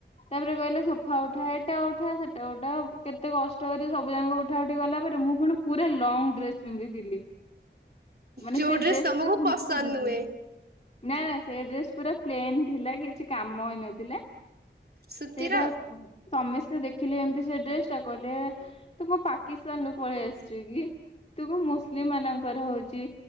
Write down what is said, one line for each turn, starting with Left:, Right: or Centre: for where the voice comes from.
Left: ତାପରେ କହିଲା ସୋଫା ଉଠା ଏଟା ଉଠା ସେଟା ଉଠା କେତେ କଷ୍ଟ କରି ସବୁ ଯାକ ଉଠା ଉଠି ଗଲା ପରେ ମୁଁ ଫୁଣି ପୁରା ଲଙ୍ଗ ଡ୍ରେସ୍ ପିନ୍ଧିଥିଲି, ମାନେ
Right: ଯୋଉ
Left: ସେ
Right: ଡ୍ରେସ୍
Left: ଡ୍ରେସ
Right: ତମକୁ
Left: ପୁରା ଘୁସୁରୁଛି।
Right: ପସନ୍ଦ ନୁହେଁ
Left: ନା ନା ସେ ଡ୍ରେସ୍ ପୁରା ପ୍ଲେନ ଥିଲା କିଛି କାମ ହେଇ ନଥିଲା।
Right: ସୂତିର
Left: ସେଇଟା ସମସ୍ତେ ଦେଖିଲେ ଏମିତି ସେ ଡ୍ରେସ୍ ଟା କହିଲେ ତୁ କଣ ପାକିସ୍ତାନରୁୁ ପଳେଇ ଆସିଛୁ କି? ତୁ କଣ ମୁସଲିମ ମାନଙ୍କର ହଉଛି